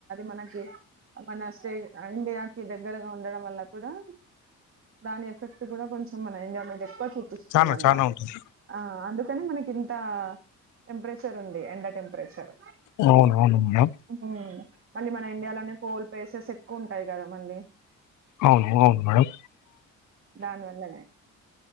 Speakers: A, on the right; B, on the left.
A: మనకి మన స్టే ఇండియాకి దగ్గరగా ఉండడం వల్ల కూడా దాని ఎఫెక్ట్ కూడా కొంచెం మన ఇండియా మీద ఎక్ చూపిస్తుందంట
B: చానా చానా ఉంటుంది
A: ఆ అందుక్ కాని మనకి ఇంత టెంపరేచర్ ఉంది ఎండ టెంపరేచర్
B: అవునవును మేడంమ్
A: ఉమ్. మళ్ళీ మన ఇండియాలోనే కోల్ పేస్ సెస్ ఎక్కువ ఉంటాయి కదా మంది
B: అవును అవును మేడం
A: దాన్ వల్లనే